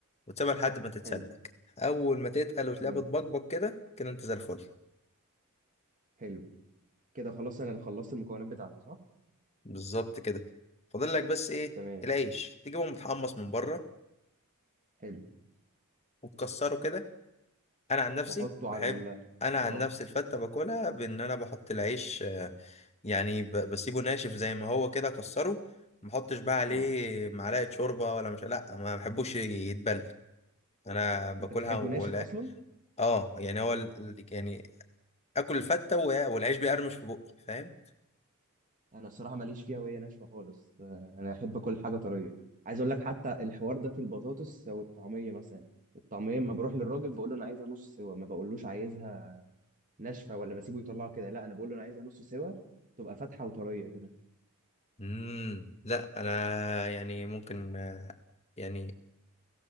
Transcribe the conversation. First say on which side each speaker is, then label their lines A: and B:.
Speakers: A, on the left; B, on the right.
A: وتسيبها لحد ما تتسبك
B: حلو
A: اول ما تتقل وتلاقيها
B: تمام
A: بتبقبق كده كده انت زي الفل
B: حلو كده خلاص انا اللي خلصت المكونات بتاعتي صح
A: بالظبط كده فاضل لك بس ايه
B: تمام
A: العيش تجيبه متحمص من بره
B: حلو
A: وتكسره كده انا عن نفسي
B: واحطه
A: بحب
B: على ال
A: انا عن
B: اه
A: نفسي الفته باكلها بان انا بحط العيش يعني ب- بسيبه ناشف زي ما هو كده اكسره ما احطش بقى عليه
B: اه
A: معلقه شوربه ولا مش لا ما بحبوش يتبل انا باكلها
B: انت بتحبه
A: ولا
B: ناشف اصلا
A: اه يعني هو ال... يعني اكل الفته و- والعيش بيقرمش في بقي فاهم
B: انا الصراحه ماليش فيها وهي ناشفه خالص آه، انا احب كل حاجه طريه عايز اقول لك حتى الحوار ده في البطاطس والطعميه مثلا الطعميه لما بروح للراجل بقول له انا عايزها نص سوا ما بقولوش عايزها ناشفه ولا بسيبه يطلعها كده لا انا بقول له انا عايزها نص سوا تبقى فاتحه وطريه كده
A: امم لا انا يعني ممكن آه، يعني